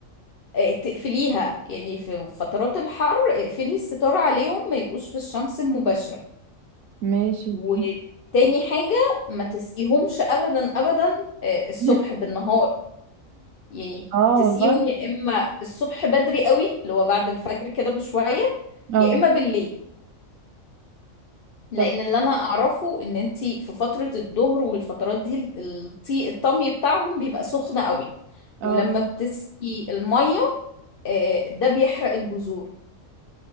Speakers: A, on the left; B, on the right.
A: آه، تقفليها يعني في فترات الحر اقفلي الستارة عليهم ما يبقوش في الشمس المباشرة
B: ماشي
A: وتاني
B: في
A: حاجة ما تسقيهمش أبدا أبدا آه، الصبح
B: <coughs>
A: بالنهار يعني
B: اه
A: تسقيهم
B: والله
A: يا إما الصبح بدري قوي اللي هو بعد الفجر كده بشوية
B: اه
A: يا إما بالليل لأن
B: طب
A: اللي أنا أعرفه إن أنتي في فترة الظهر والفترات دي الطي الطمي بتاعهم بيبقى سخن قوي
B: اه
A: ولما بتسقي المية آه، ده بيحرق الجذور